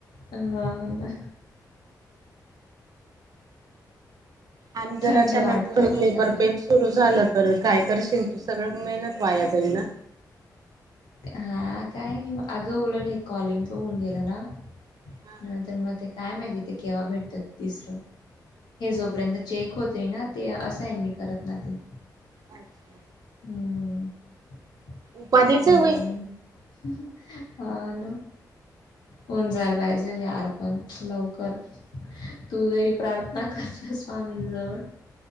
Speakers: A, on the left (about 75°); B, on the right (about 60°).
A: हा ना
B: आणि जर
A: थंड
B: अचानक
A: वाटते
B: लेबर
A: वातावरण
B: पेनं सुरू झालं तर काय करशील तू सगळं मेहनत वाया जाईल ना
A: हा काय नी म अगं उलट हे कॉलिंग तो होऊन गेलं ना
B: हा
A: नंतर म ते काय माहिती ते केव्हा भेटतात तिसरं हे जोपर्यंत
B: अच्छा
A: चेक होतय ना ते असाइन करत ना ते
B: अच्छा
A: हम्म
B: उपाधीच
A: बघु
B: आहे बाई
A: <unintelligible> हा नं होऊन जायल पाहिजेल यार पण लवकर तू जरी प्रार्थना कर ज्या स्वामींजवळ